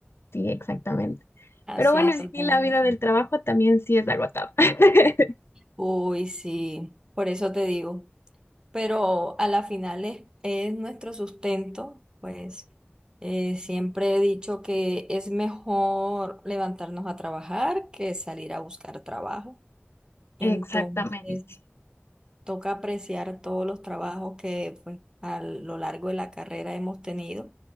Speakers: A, on the left (about 70°); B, on the right (about 20°).
A: Sí, exactamente.
B: Así
A: Pero bueno,
B: es,
A: en
B: totalmente.
A: sí la vida del trabajo también sí es agotada. <laughs>
B: Uy, sí, por eso te digo. pero a la final es, es nuestro sustento, pues eh, siempre he dicho que es mejor levantarnos a trabajar que salir a buscar trabajo. Entonces,
A: Exactamente.
B: toca apreciar todos los trabajos que pues, a lo largo de la carrera hemos tenido.